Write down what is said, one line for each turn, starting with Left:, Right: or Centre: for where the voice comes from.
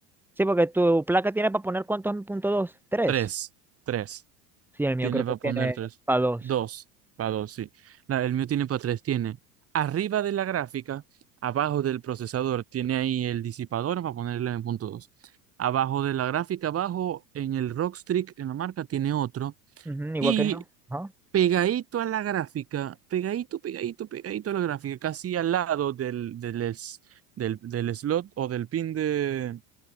Centre: Sí, porque tu placa tiene para poner cuántos en punto dos, tres.
Right: Tres, tres.
Centre: Sí, el mío
Right: Tiene
Centre: creo
Right: para
Centre: que tiene
Right: poner tres.
Centre: para dos.
Right: Dos. Para dos, sí. La- el mío tiene para tres. Tiene arriba de la gráfica, abajo del procesador, tiene ahí el disipador para ponerle en punto dos. Abajo de la gráfica, abajo en el Rockstrix, en la marca, tiene otro.
Centre: Ujú, igual
Right: Y
Centre: que yo. Ajá.
Right: pegadito a la gráfica, pegadito, pegadito, pegadito a la gráfica, casi al lado del, del, es- del, del slot o del pin de